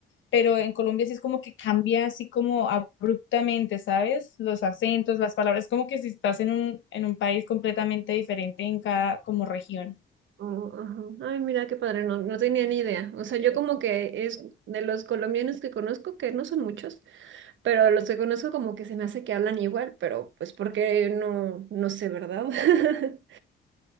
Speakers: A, on the left (about 70°); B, on the right (about 70°).
A: pero en Colombia sí es como que cambia así como abruptamente, ¿sabes? Los acentos, las palabras, como que si estás en un, en un país completamente diferente en cada como región.
B: Oh, ajá. Ay, mira qué padre, no, no tenía ni idea. O sea, yo como que es de los colombianos que conozco, que no son muchos, pero de los que conozco como que se me hace que hablan igual, pero pues porque no, no sé, ¿verdad? <laughs>